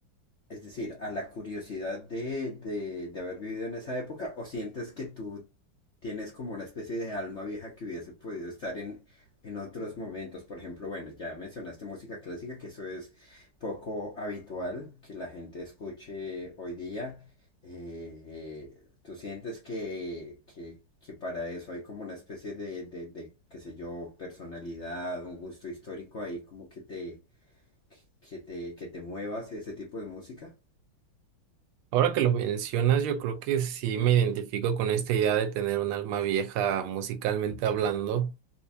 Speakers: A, on the left; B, on the right.
A: Es decir, a la curiosidad de, de, de haber vivido en esa época, o sientes que tú tienes como una especie de alma vieja que hubiese podido estar en, en otros momentos. Por ejemplo, bueno, ya mencionaste música clásica, que eso es poco habitual que la gente escuche hoy día. Eh, ¿tú sientes que, que, que para eso hay como una especie de, de, de, qué sé yo, personalidad, un gusto histórico ahí como que te, que que te, que te muevas y ese tipo de música?
B: Ahora que lo mencionas, yo creo que sí me identifico con esta idea de tener un alma vieja musicalmente hablando